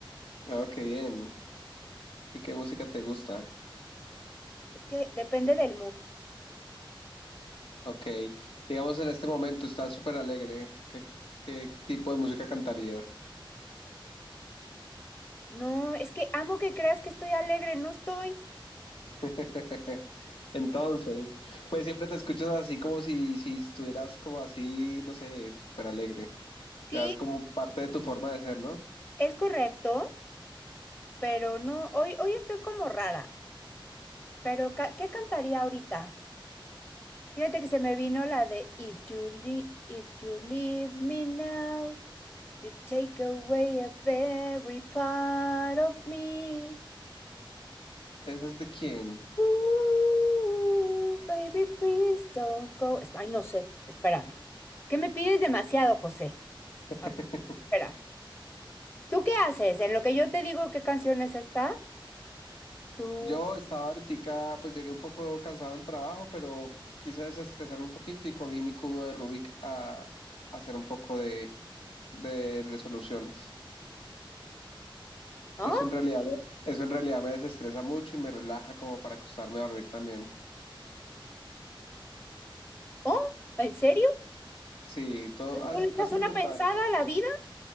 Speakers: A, on the left; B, on the left.
A: Oh, qué bien. ¿Y qué música te gusta?
B: Es que depende del mood.
A: Ok. Digamos, en este momento estás súper alegre. ¿Qué, qué tipo de música cantarías?
B: No, es que amo que creas que estoy alegre, no estoy.
A: <laughs> Entonces, pues siempre te escuchas así como si, si estuvieras como así, no sé, súper alegre.
B: Sí,
A: Ya es como parte de tu forma de ser, ¿no?
B: es correcto, pero no, hoy, hoy estoy como rara. Pero, ca- ¿qué cantaría ahorita? Fíjate que se me vino la de If you leave, if you leave me now, you take away a very part of me.
A: ¿Esa es de quién?
B: Ooh, baby, please don't go. Ay, no sé, espérame. ¿Qué me pides demasiado, José?
A: <laughs>
B: A ver, Espera. ¿Tú qué haces? En lo que yo te digo qué canciones está, tú...
A: Yo estaba ahorita, pues llegué un poco cansado del trabajo, pero quise desestresarme un poquito y cogí mi cubo de Rubik a, a hacer un poco de, de resoluciones.
B: ¿Ah?
A: Eso en realidad, me- eso en realidad me desestresa mucho y me relaja como para acostarme a dormir también.
B: ¿Oh? ¿En serio?
A: Sí, todo
B: ¿Tú
A: has,
B: le echas
A: has intentado.
B: una pensada a la vida